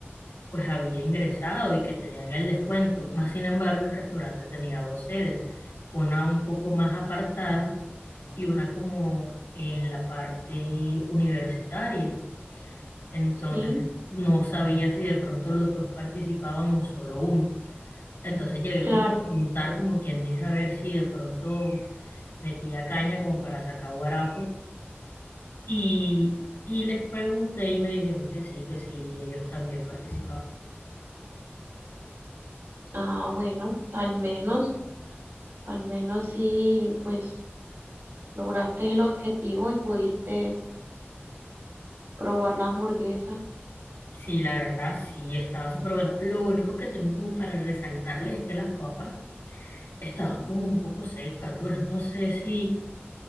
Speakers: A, on the left; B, on the right.
A: pues había ingresado y que tenían el descuento. Más sin embargo, el restaurante tenía dos sedes, una un poco más apartada y una como en la parte universitaria. Entonces,
B: Sí,
A: no sabía si de pronto los dos participaban o solo uno. Entonces llegué
B: claro.
A: como a preguntar, como quien dice, a ver si de pronto metía caña como para sacar guarapo. Y, y les pregunté y me dijeron que sí, que sí, ellos también participaban.
B: Ah, bueno, al menos, al menos sí, pues lograste el objetivo y pudiste probar la hamburguesa.
A: Sí, la verdad, sí, estaba súper buena. Lo único que tengo como para resaltarle es que las papas estaban como un poco secas, duras. No sé si,